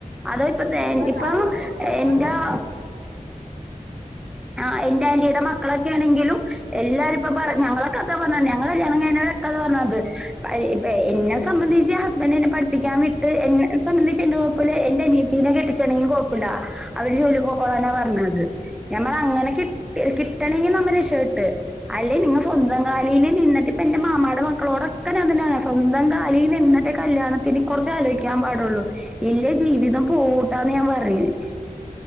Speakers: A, in the centre; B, on the right (about 80°).
A: അത് ഇ പ്പ തേൻ
B: സ്വന്തം
A: ഇപ്പ
B: കാര്യത്തിലും പിന്നെ അതുപോലെ
A: എന്റെഓ
B: തന്നെ
A: ആഹ് എന്റെ ആന്റീടെ മക്കളൊക്കെ ആണെങ്കിലും എല്ലാരും ഇപ്പ പറ ഞങ്ങളെ കഥ
B: ഉം
A: പറ്ഞ്ഞ ഞങ്ങളെകല്യാണ കഴിഞത് കഥ പറഞ്ഞത ഇത് ബൈബൈ ന്നെ സംബന്ധിച്ച് ഹസ്ബന്റ എന്നെ പഠിപിക്കാൻ വിട്ട് എന്നെ സംബന്ധിച്ച് കൊഴപ്പല്ല എന്റെറെ അനിയത്തീനെ കെട്ടിച്ചനെങ്കിലും കൊഴപ്പല്ല അവര് ജൊലി പൊക്കോളാനാ പറ്ഞ്ഞത് ഞമ്മള അങ്ങനെകി കിട്ടണെങ്കി നമ്മ രക്ഷ പെട്ട് അല്ലെ നിങ്ങ സ്വന്തം കാലേൽ നിന്നിട്ട് എന്റെ മാമാടേ മക്കളോടൊക്ക ഞാൻ തന്നെപറയ സ്വന്തം കാലിൽ നിന്നിട്ട് കല്യാണത്തിന് കൊറ്ച്ച് ആലോയ്ക്കാൻ പാടൊള്ളു ഇല്ല ജീവിതം പോവൂട്ടാന്ന് ഞാൻ പറഞീന്ന്